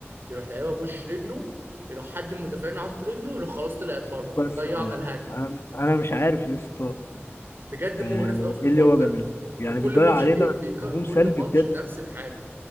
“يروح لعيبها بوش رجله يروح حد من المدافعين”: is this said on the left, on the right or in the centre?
Right